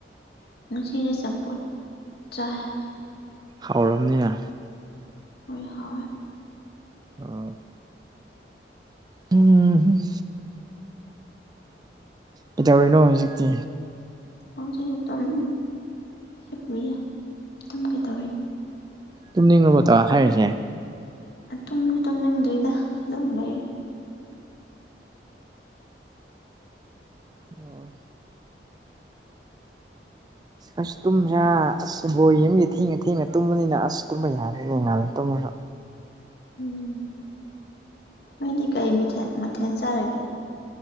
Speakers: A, on the left; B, on the right.
A: ꯉꯁꯤꯗꯤ ꯆꯞꯐꯨꯠ ꯆꯥꯏꯌꯦ
B: ꯍꯥꯎꯔꯝꯅꯤꯅ
A: ꯍꯣꯏ ꯍꯥꯎꯋꯦ
B: ꯑꯣ ꯎꯝ ꯍꯝ ꯀꯩꯗꯧꯔꯤꯅꯣ ꯍꯧꯖꯤꯛꯇꯤ
A: ꯍꯧꯖꯤꯛ ꯑꯗꯨꯝ ꯍꯤꯞꯄꯤꯌꯦ ꯑꯗꯨꯝ ꯀ ꯇꯧꯔꯤ
B: ꯇꯨꯝꯅꯤꯡꯉꯨꯕꯗꯣ ꯍꯥꯏꯔꯤꯁꯦ
A: ꯇꯨꯝꯗ ꯇꯨꯝꯅꯤꯡꯗ꯭ꯔꯤꯗ ꯑꯗꯨꯝ ꯂꯩꯔ
B: ꯑꯣ ꯑꯁ ꯇꯨꯝꯕꯁꯥ ꯑꯁ ꯕꯣꯏ ꯑꯃꯒꯤ ꯊꯦꯡꯅ ꯊꯦꯡꯅ ꯇꯨꯝꯕꯅꯤꯅ ꯑꯁ ꯇꯨꯝꯕ ꯌꯥꯗꯅꯦꯉꯥꯜꯂ ꯇꯨꯝꯃꯦꯕ
A: ꯎꯝ ꯅꯣꯏꯗꯤ ꯀꯩ ꯃꯤꯊꯦꯜ ꯃꯊꯦꯜ ꯆꯥꯔꯒꯦ